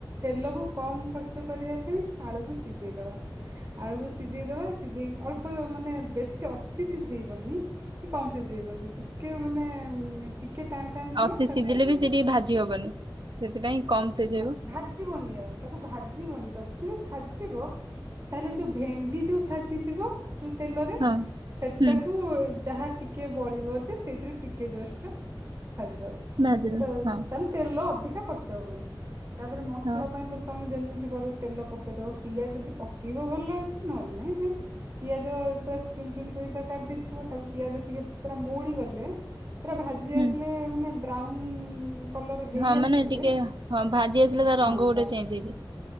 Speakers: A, on the right; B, on the right.
A: ତେଲକୁ କମ ଖର୍ଚ୍ଚ କରିବା ପାଇଁ ଆଳୁକୁ ସିଜେଇଦବା ଆଳୁକୁ ସିଜେଇ ଦବା ସିଝେଇ ଅଳ୍ପ ମାନେ ବେଶୀ ଅତି ସିଜେଇବନି କି କମ ସିଜେଇବନି ଟିକେ ମାନେ ଟିକ କେ ଟାନ ଟାାନ ଥିବ
B: ଅତି
A: ତାକୁ
B: ସିଝିଲେ
A: କାଢି
B: ବି
A: ଆଣିବ।
B: ସେ ଟିକେ ଭାଜି ହବନି। ସେଥିପାଇଁ କମ ସିଝେଇବ
A: ନା ଭାଜିବନି ଆଉ ତାକୁ ଭାଜିବନି ଯଦି ବି ଭାଜିବ ତାହେଲେ ଯୋଉ ଭେଣ୍ଡି ଯୋଉ ଭାଜିଥିବ ଯୋଉ ତେଲରେ
B: ହଁ
A: ସେଟାକୁ
B: ହୁଁ
A: ଯାହା ଟିକେ ବଳିବ ବୋଧେ ସେଇଥିରେ ଟିକେ ଜଷ୍ଟ ଭାଜିଦବ
B: ଭାଜିଦବ
A: ତ
B: ହଁ
A: ତାହେଲେ ତେଲ ଅଧିକା ଖର୍ଚ୍ଚ ହବନି। ତାପରେ ମସଲା
B: ହଁ
A: ପାଇଁ ତ ତମେ ଯେମି ତେଲ ପକେଇଦବ ପିଆଜ ଯଦି ପକେଇବ ଭଲ ଅଛି ନହେଲେ ନାଇଁ ବି ପିଆଜ ପୁରା ଚୁ ଚୁନ ଚୁନ କରି ତାକୁ କାଟି ଦେଇଥିବ ତାପରେ ପିଆଜ ଟିକେ ପୁରା ମଉଳି ଗଲେ ପୁରା ଭାଜି
B: ହୁଁ
A: ଆସିଲେ ମାନେ ବ୍ରାଉନ କଲର ହେଇ
B: ହଁ ମାନେ
A: ଆସିଥିଲେ
B: ଟିକେ ହଁ ଭାଜି ଆସିଲେ ତା
A: ହଁ
B: ରଙ୍ଗ ଗୋଟେ
A: ବାସ୍
B: ଚେଞ୍ଜ ହେଇଯାଏ।